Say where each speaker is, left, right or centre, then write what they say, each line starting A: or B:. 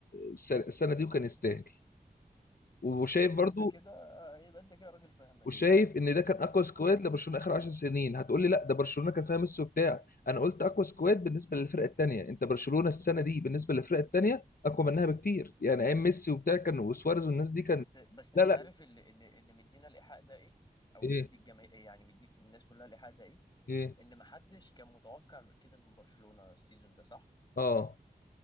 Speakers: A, on the left (about 75°); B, on the left (about 30°).
A: السنه السنة دي وكان يستاهل وشايف
B: يبقى
A: برضو
B: انت كده يبقى انت كده راجل فهمان
A: وشايف ان ده كان اقوى سكواد لبرشلونه اخر 10 سنين هتقول لي لا ده برشلونه كان فيها ميسي وبتاع انا قلت اقوى سكواد بالنسبه للفرق التانيه انت برشلونه السنه دي بالنسبه للفرق التانيه اقوى منها بكتير يعني ايام ميسي وبتاع كان وسواريز والناس دي كان
B: بس بس انت
A: لا لا
B: عارف اللي اللي, اللي مدينا الايحاء ده ايه او
A: ايه
B: مدي الجماهير يعني مدي الناس كلها الايحاء ده ايه
A: ايه
B: ان محدش كان متوقع كده من برشلونة السيزون ده صح
A: اه